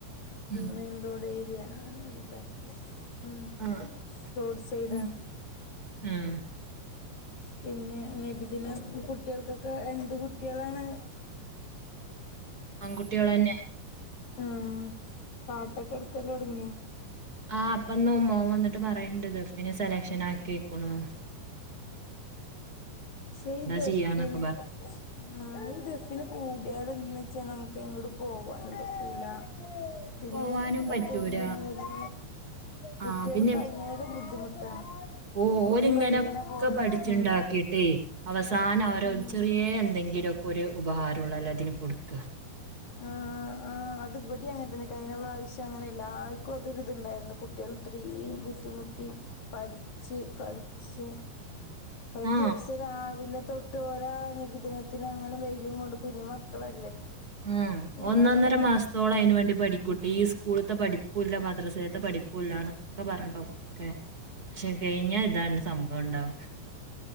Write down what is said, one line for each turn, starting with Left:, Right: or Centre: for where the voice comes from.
Right: ഉം
Left: മെയിൻ റോഡ് ഏരിയാണ് അങ്ങനെയന്നൂല ഉം
Right: ആഹ്
Left: റോഡ് സൈഡ
Right: ഉം
Left: <inaudible>
Right: ഉം
Left: പിന്നെ നബിദിന കുട്ട കുട്ട്യൾക്കൊക്കെ എന്ത് കുട്ടിയാളാണ്.
Right: ആൺകുട്ടികൾന്നെ
Left: ഉം പാട്ടൊക്കെ എടുക്കലോൽടങ്ങിയാ
Right: ആ അപ്പൊന്ന് മോൻ വന്നിട്ട് പറയണ്ട് ദുഫെ സെലക്ഷൻ ആക്കീക്കേണു
Left: ശേ ദഫിന്
Right: ചെയ്യാന്നൊക്കെ പറ
Left: ആ ദഫിന് കൂട്യാ എന്ത വെച്ചാ നമുക്ക് എങ്ങോട്ടും <inaudible> പോവാൻ പറ്റൂല പിന്നെ
Right: പോവാനും പറ്റൂല
Left: അതൊ ക്കയ്യണ വരെ കുട്ട്യൾക്ക്
Right: ആ പിന്നെ
Left: അയ്ലേറ ബുദ്ധിമുട്ടാണ്.
Right: ഓരിങ്ങനൊക്കെ
Left: ഓരു പറീണ പോലെ
Right: പഠിച്ചുണ്ടാക്കിട്ടേ
Left: ഉം
Right: അവസാനം അവരോ
Left: ഉം
Right: ചെറിയ എന്തെങ്കിലും ഒരു ഉപഹാരം ഉള്ളോ അതിന് കൊടുക്കുക.
Left: ആ ആ അത് ഇവെടി അങ്ങൻതന്നെ കയ്ഞ്ഞറാവശ്യം അങ്ങനെയല്ലാർക്കും അതൊരിത്ണ്ടായിരുന്നു കുട്ടികൾ ഇത്രേ ത്രയും ബുദ്ധിമുട്ടി പഠിച്ച് കള്ളിച്ചേ ഒരു
Right: ആ ആ
Left: ദിവസം രാവിലെ തൊട്ട് പോരാ നബിദിനത്തിന് അങ്ങനെ വെയിലും കൊണ്ട് കുഞ്ഞുമക്ക മക്കളല്ലേ
Right: ഉ
Left: അവള്
Right: ഒന്നൊന്നര മാസത്തോളം അതിന് വേണ്ടി പഠിക്കൂട്ടും ഈ സ്കൂളത്തെ പഠിപ്പൂല്ല മദ്രസയത്തെ പഠിപ്പൂല്ലന്നൊക്കെ പറഞ്ഞോ <unintelligible> പക്ഷെ കഴിഞ്ഞാ ഇതാണ്
Left: ഉം
Right: സംഭവം ഇണ്ടാവും